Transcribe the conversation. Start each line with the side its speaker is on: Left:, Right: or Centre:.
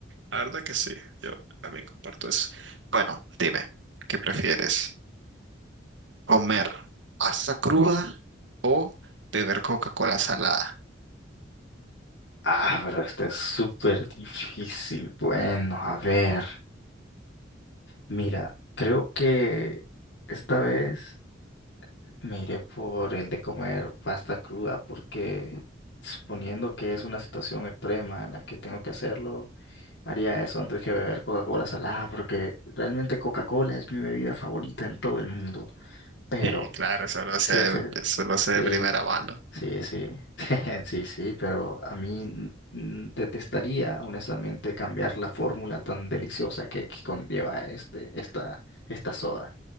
Right: La verdad que sí, yo también comparto eso. Bueno, dime, ¿qué prefieres? comer pasta cruda o beber Coca-Cola salada.
Left: Ah, pero este es súper difícil. Bueno, a ver, mira, creo que esta vez. Me iré por el de comer pasta cruda porque suponiendo que es una situación extrema en la que tengo que hacerlo, haría eso antes que beber Coca-Cola salada porque realmente Coca-Cola es mi bebida favorita en todo el mundo. Pero,
Right: Y claro, eso lo
Left: sí,
Right: sé,
Left: sí,
Right: eso lo sé de
Left: sí,
Right: primera mano.
Left: sí, sí, <laughs> sí, sí, pero a mí mm, detestaría honestamente cambiar la fórmula tan deliciosa que, que conlleva este, esta, esta soda.